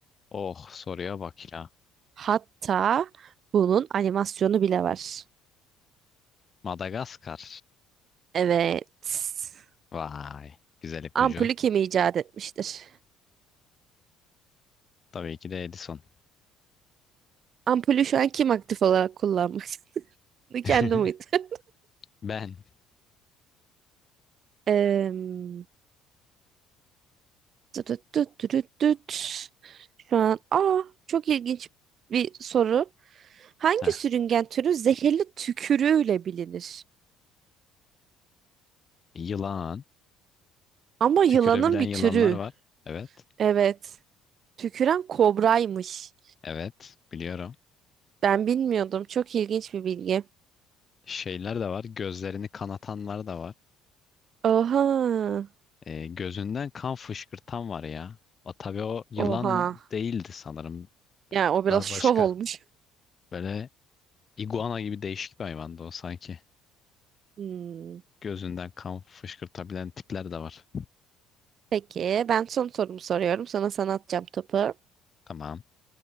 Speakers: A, on the left; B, on the right.
A: Oh soruya bak ya.
B: Hatta bunun animasyonu bile var.
A: Madagaskar.
B: Evet.
A: Vay. Güzel ipucu.
B: Ampulü kim icat etmiştir?
A: Tabii ki de Edison.
B: Ampulü şu an kim aktif olarak kullanmak? istiyor?
A: <laughs>
B: <laughs> Kendi muydu? <laughs>
A: Ben.
B: Im, tütüt tütüt tütüt. Şu an aa çok ilginç bir soru. Hangi
A: Heh,
B: sürüngen türü zehirli tükürüğüyle bilinir?
A: yılan.
B: Ama yılanın
A: Tükürebilen
B: bir
A: yılanlar
B: türü.
A: var. Evet.
B: Evet. Tüküren kobraymış.
A: Evet. Biliyorum.
B: Ben bilmiyordum. Çok ilginç bir bilgi.
A: Şeyler de var. Gözlerini kanatanlar da var.
B: Oha.
A: E, gözünden kan fışkırtan var ya. O, tabii o yılan
B: Oha.
A: değildi sanırım.
B: Yani o biraz
A: Daha
B: şov
A: başka.
B: olmuş.
A: Böyle iguana gibi değişik bir hayvandı o sanki.
B: Hmm.
A: Gözünden kan fışkırtabilen tipler de var.
B: Peki ben son sorumu soruyorum. Sana sana atacağım topu.
A: Tamam.